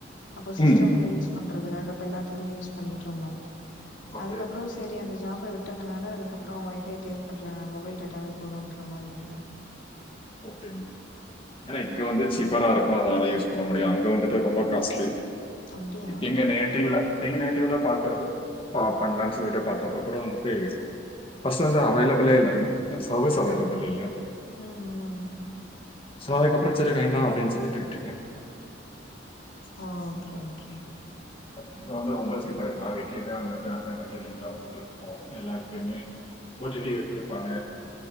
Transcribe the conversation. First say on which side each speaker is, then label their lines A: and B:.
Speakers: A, on the left; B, on the left.
A: அப்போ சிஸ்டம்ல
B: ம்
A: யூஸ் பண்றதுக்காக அப்ப எல்லாத்துக்குமே யூஸ் பண்ணிட்டு இருந்தோம்
B: ஓகே
A: அதுக்கப்புறம் சேரி அந்த ஜாப விட்டதுனால அதுக்கப்பறம் ஒய்ஃபையே தேவப்படல மொபைல் டேட்டாவே போதுன்ற மாரி விட்டுட்டோம்
B: ஓகேனி ஏனா இங்க வந்து சீப்பரா இருக்கும் அதனால யூஸ் பண்ண முடியும் அங்க வந்துட்டு ரொம்ப காஸ்லி
A: அப்டியா
B: எங்க நேட்டிவ்ல எங்க நேட்டிவ்ல பாக்கறது பா பண்லான்னு சொல்லிட்டு பாத்தப்ப கூட வந்துட்டு ஃபர்ஸ்ட் வந்து அவைலபல்லே இல்ல சர்வீஸ் அவைலபல் இல்ல
A: ம் ம்
B: சோ அதுக்கப்பறம் சரி வேண்டா அப்டின்னு சொல்லிட்டு விட்டுட்டே
A: ஆ ஓகே ஓகே
B: பட் இங்க வந்து ரொம்ப சீப்பா எல்லார் வீட்லயுமே வந்துட்டு ஆன்லைன் நெட்ஒர்க் இன்டர்நெட் இருக்கும் எல்லார் வீட்லயுமே போர் ஜி பி எடுத்துருப்பாங்க